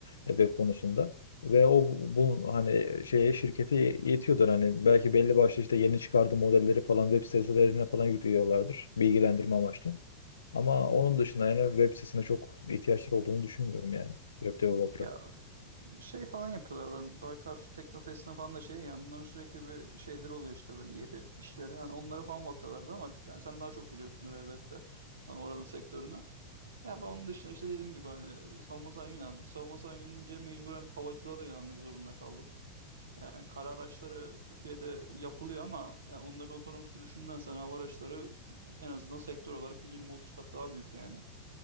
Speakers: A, on the left (about 70°); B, on the right (about 70°).
A: e, web konusunda. Ve o bu hani şeye şirkete yetiyordur hani belki belli başlı işte yeni çıkardığı modelleri falan web sitelerine falan yüklüyorlardır bilgilendirme amaçlı. Ama
B: hı
A: onun
B: hı.
A: dışında yani web sitesine çok ihtiyaçları olduğunu düşünmüyorum yani web developer'a.
B: Ya şey falan yapıyorlar lan. Baykar Teknofest'in falan da şey yani onların sürekli bir şeyleri oluyor işte böyle yeri işleri. Hani onlara falan bakıyorlardı ama yani sen daha çok biliyorsundur elbette. Hani oranın sektörünü. Ya ben onun dışında işte dediğim gibi hani savunma sanayine yöneldim. Savunma sanayine yönelince mecburen havacılığa da yönelmek zorunda kaldım. Yani kara araçları Türkiye'de yapılıyor ama yani onların otonom sürüşünden sonra hava araçları en azından sektör olarak bir 20-30 kat daha büyük yani.